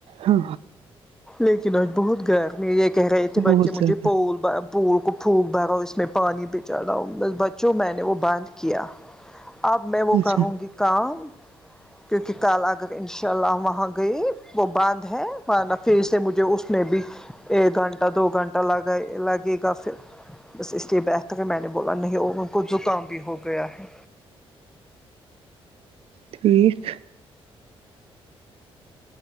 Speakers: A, on the right (about 65°); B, in the centre.
A: ہاں
B: لیکن آج بہت گر می ہے یہ کہہ رہے تھے
A: بہت
B: بچے مجھے
A: زیادہ
B: پول بن پھول کو پھونک بھرا اس میں پانی پہ چڑاؤ بس بچوں میں نے وہ بند کیا اب میں وہ
A: اچھا
B: کروں گی کام کیونکہ کال آگر ان شاء اللہ وہاں گئی وہ باند ہے مانا پھر سے مجھے اس میں بھی ایک گھنٹہ دو گھنٹہ لگائے لگے گا پھر بس اس لیے بہتر میں نے بولا نہیں ان کو زکام بھی ہو گیا ہے
A: ٹھیک